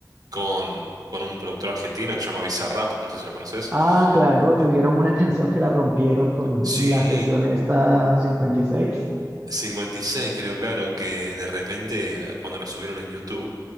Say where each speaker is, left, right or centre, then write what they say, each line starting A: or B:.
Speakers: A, on the right (about 55°); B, on the right (about 20°).
A: con, con un productor argentino que se llama Bizarrap, no sé si lo conoces.
B: Ah, claro, tuvieron
A: Eh,
B: una <laughs> canción que la rompieron con
A: Sí,
B: la sesión esta 56.
A: 56, creo, claro, que de repente cuando la subieron en YouTube,